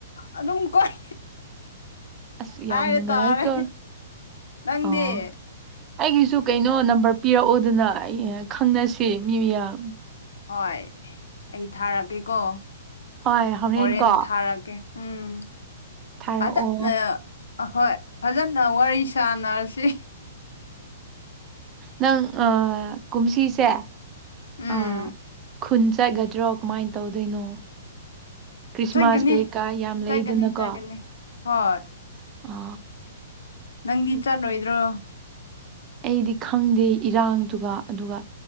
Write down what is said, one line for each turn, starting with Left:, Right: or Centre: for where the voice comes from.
Left: ꯑꯗꯨꯝ ꯀꯣꯏ
Right: ꯑꯁ
Left: ꯍꯥꯏꯔꯦ
Right: ꯌꯥꯝ ꯅꯨꯡꯉꯥꯏꯀꯣ
Left: ꯇꯥꯔꯦ ꯅꯪꯗꯤ
Right: ꯑꯣ ꯑꯩꯒꯤꯁꯨ ꯀꯩꯅꯣ ꯅꯝꯕꯔ ꯄꯤꯔꯛꯑꯣꯗꯅ ꯑꯩ ꯈꯪꯅꯁꯤ ꯃꯤ ꯃꯌꯥꯝ
Left: ꯍꯣꯏ ꯑꯩ ꯊꯥꯔꯛꯀꯦꯀꯣ
Right: ꯍꯣꯏ
Left: ꯍꯣꯔꯦꯟ
Right: ꯀꯣ
Left: ꯊꯥꯔꯛꯀꯦ ꯎꯝ
Right: ꯊꯥꯔꯛꯑꯣ
Left: ꯑꯗ ꯑ ꯑꯍꯣꯏ ꯐꯖꯅ ꯋꯥꯔꯤ ꯁꯥꯟꯅꯔꯁꯤ
Right: ꯅꯪ ꯀꯨꯝꯁꯤꯁꯦ
Left: ꯎꯝ
Right: ꯑꯥ ꯈꯨꯟ ꯆꯒꯗ꯭ꯔꯣ ꯀꯃꯥꯏꯅ ꯇꯧꯗꯣꯏꯅꯣ ꯈ꯭ꯔꯤꯁꯃꯥꯁ
Left: ꯆꯠꯀꯅꯤ
Right: ꯀꯩꯀꯥ ꯌꯥꯝ
Left: ꯆꯠꯀꯅꯤ
Right: ꯂꯩꯗꯅꯀꯣ
Left: ꯆꯠꯀꯅꯤ ꯍꯣꯏ
Right: ꯑ
Left: ꯅꯪꯗꯤ ꯆꯠꯂꯣꯏꯗ꯭ꯔꯣ
Right: ꯑꯩꯗꯤ ꯈꯪꯗꯦ ꯏꯔꯥꯡꯗꯨꯒ ꯑꯗꯨꯒ